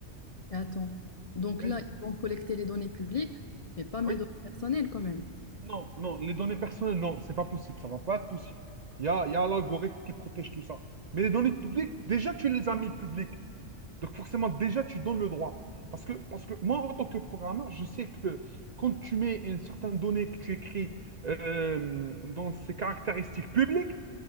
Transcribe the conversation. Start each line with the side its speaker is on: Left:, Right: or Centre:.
Left: attends, donc
Right: Oui,
Left: là, ils vont collecter les données publiques, mais pas mes
Right: oui,
Left: données personnelles quand même.
Right: non, non, les données personnelles, non, c'est pas possible, ça va pas être possible. Il y a, il y a l'algorithme qui protège tout ça. Mais les données publiques, déjà, tu les as mis publiques. Donc forcément, déjà, tu donnes le droit. Parce que, parce que moi, en tant que programmeur, je sais que quand tu mets une certaine donnée que tu écris euh, dans ses caractéristiques publiques,